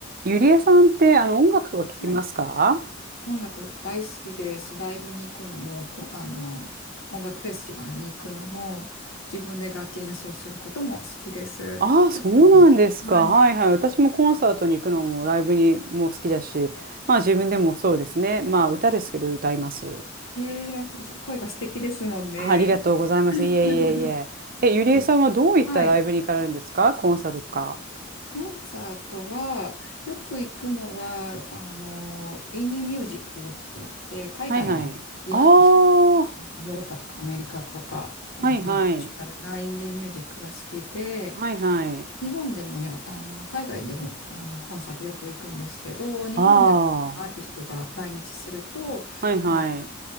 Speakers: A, on the right; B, on the left.
A: ゆりえさんって、あの、音楽とか聞きますか
B: はい。音楽大好きです。ライブに行くのも、こ、あの、音楽フェスティバルに行くのも、自分で楽器演奏することも好きです。
A: ああ、
B: もちろんそれも。
A: そうなんですか。
B: はい。
A: はいはい。私もコンサートに行くのも、ライブにも好きだし、まあ自分でもそうですね。まあ歌ですけど歌います。
B: えー、声が素敵ですもんね。
A: あありがとうございます。
B: <laughs>
A: いえいえいえ。え、ゆりえさんはどういったライブに行かれるんですかコンサートとか。
B: で、はい。コンサートは、よく行くのは、あの、インディーミュージックって言って、海外のイアーティスト、
A: はいはい。ああ、
B: ヨーロッパとかアメリカとか、あのインターナショナルなインディーミュージックが好きで、
A: はいはい。はいはい。
B: 日本でもや、あの、海外でも、あの、コンサートよく行くんですけど、日本でもアーティストが来日すると、
A: ああ、はいはい。
B: あ、